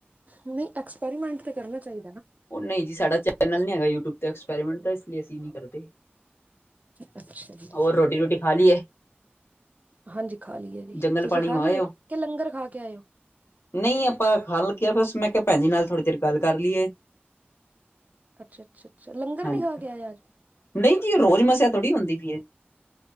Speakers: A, on the right; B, on the left.
A: ਨਹੀਂ, ਐਕਸਪੈਰੀਮੈਂਟ ਤੇ ਕਰਨਾ ਚਾਹੀ
B: ਉਹ ਨਹੀਂ ਜੀ, ਸਾਡਾ ਚੈਨਲ ਨੀ ਹੈਗਾ ਯੂਟਿਊਬ ਤੇ ਐਕਸਪੈਰੀਮੈਂਟ ਦਾ, ਇਸ ਲਈ ਅਸੀਂ ਨੀ ਕਰਦੇ।
A: ਅੱਛਾ ਜੀ
B: ਹੋਰ ਰੋਟੀ-ਰੋਟੀ ਖਾ ਲਈ ਏ।
A: ਹਾਂਜੀ ਖਾ ਲਈਏ ਜੀ,
B: ਜੰਗਲ
A: ਤੁਸੀਂ
B: ਪਾਣੀ
A: ਖਾ
B: ਹੋ
A: ਲਈਏ
B: ਆਏ ਹੋ।
A: ਕਿ ਲੰਗਰ ਖਾ ਕੇ ਆਏ ਓ।
B: ਨਹੀਂ, ਆਪਾਂ ਖਾਲੀ ਸੀ। ਮੈ ਕਿਹਾ। ਬਸ ਭੈਣ ਜੀ ਨਾਲ ਥੋੜ੍ਹੀ ਦੇਰ ਗੱਲ ਕਰ ਲਈਏ।
A: ਅੱਛਾ ਅੱਛਾ ਅੱਛਾ ਲੰਗਰ
B: ਹਾਂਜੀ,
A: ਨੀ ਖਾ ਕੇ ਆਏ ਅੱਜ
B: ਨਹੀਂ ਜੀ, ਰੋਜ਼ ਮੱਸਿਆ ਥੋੜ੍ਹੀ ਹੁੰਦੀ ਪਈ ਏ